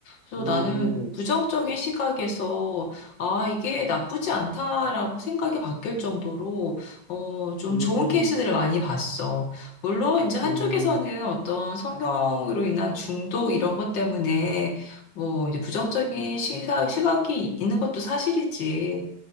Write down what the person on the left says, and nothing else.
그래서
나는 부정적인 시각에서, 아, 이게 나쁘지 않다라고 생각이 바뀔 정도로, 어, 좀
좋은 케이스들을 많이 봤어. 물론, 이제 한쪽에서는
어떤 성형으로 인한 중독 이런 것 때문에, 뭐, 이제 부정적인 시사, 시각이 있는 것도 사실이지.